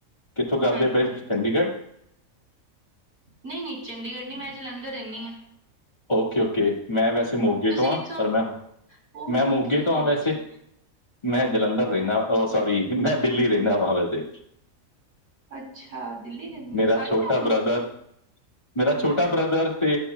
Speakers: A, on the left; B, on the right.
A: ਕਿੱਥੋਂ ਕਰਦੇ
B: ਹਾਂਜੀ-ਹਾਂਜੀ
A: ਪਏ ਚੰਡੀਗੜ੍ਹ
B: ਨਹੀਂ ਨਹੀਂ ਮੈ ਚੰਡੀਗੜ੍ਹ ਨਹੀਂ ਮੈਂ ਜਲੰਧਰ ਰਹਿਣੀ ਹਾਂ
A: ਓਕੇ ਓਕੇ ਮੈਂ ਵੈਸੇ ਮੋਗੇ ਤੋਂ ਹਾਂ
B: ਕਿੱਥੋਂ
A: ਪਰ ਮੈਂ
B: ਓਕੇ
A: ਮੈਂ ਮੋਗੇ ਤੋਂ ਹਾਂ ਵੈਸੇ
B: ਠੀ
A: ਏ ਮੈਂ ਜਲੰਧਰ ਰਹਿਣਾ ਉਹ ਸੋਰੀ ਮੈਂ ਦਿੱਲੀ ਰਹਿਣਾ ਵਾ ਵੈਸੇ
B: ਅੱਛਾ ਦਿੱਲੀ ਰਹਿੰਦੇ
A: ਮੇਰਾ
B: ਉਹ ਸਾਰੀ
A: ਛੋਟਾ
B: ਫੈਮਲੀ
A: ਬ੍ਰਦਰ ਮੇਰਾ ਛੋਟਾ ਬ੍ਰਦਰ ਤੇ